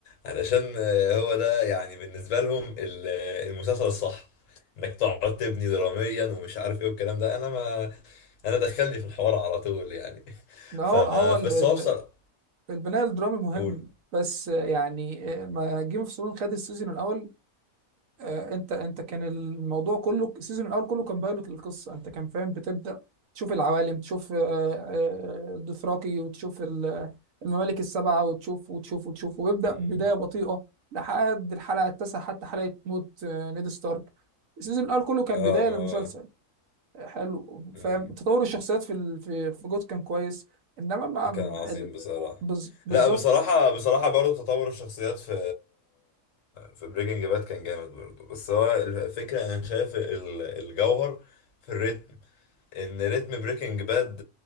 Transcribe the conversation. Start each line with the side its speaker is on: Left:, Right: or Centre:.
Left: علشان آه، هو ده يعني بالنسبه لهم ال- آه، المسلسل الصح انك تقعد تبني دراميا ومش عارف ايه والكلام ده انا ما انا دخلني في الحوار على طول يعني <laughs>
Right: ده
Left: ف
Right: هو هو ال...
Left: بس
Right: ال...
Left: هو بصراحه
Right: البناء الدرامي مهم
Left: قول
Right: بس يعني آه، ما جيم اوف ثرونز خد السيزون الاول آه، انت انت كان الموضوع كله السيزون الاول كله كان بايلوت للقصه انت كان فاهم بتبدا تشوف العوالم تشوف آه، آه، الدوثراكي وتشوف ال- الممالك السبعه وتشوف وتشوف وتشوف ويبدا
Left: مم.
Right: بدايه بطيئه لحد الحلقه التاسعه حتى حلقه موت آه، نيد ستارك السيزون الاول كله كان
Left: اه
Right: بدايه
Left: ما
Right: للمسلسل
Left: هو
Right: آه، حلو
Left: مم.
Right: فاهم تطور الشخصيات في ال- في في جوت كان كويس انما ما
Left: كان عظيم
Right: ال-
Left: بصراحة
Right: بز- بالظبط
Left: لا بصراحة بصراحة برضو تطور الشخصيات في في بريكنج باد كان جامد برضو بس هو الفكرة أنا شايف ال- الجوهر في الريتم إن ريتم بريكنج باد